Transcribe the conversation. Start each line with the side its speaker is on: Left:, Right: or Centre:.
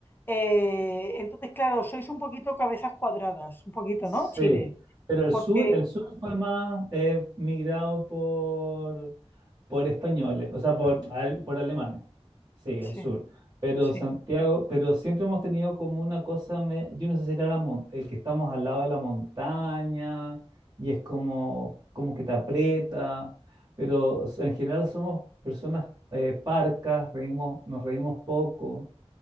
Left: Eh, entonces, claro, sois un poquito cabezas cuadradas, un poquito,
Right: Sí,
Left: ¿no? Chile.
Right: pero el
Left: Porque,
Right: sur, el sur fue más eh, migrado por, por españoles, o sea, por, al- por alemanes. Sí,
Left: sí,
Right: el sur. Pero
Left: sí.
Right: Santiago, pero siempre hemos tenido como una cosa, me- yo no sé si era la mon- eh, que estamos al lado de la montaña y es como, como que te aprieta, pero o sea, en general somos personas eh, parcas, reímos, nos reímos poco.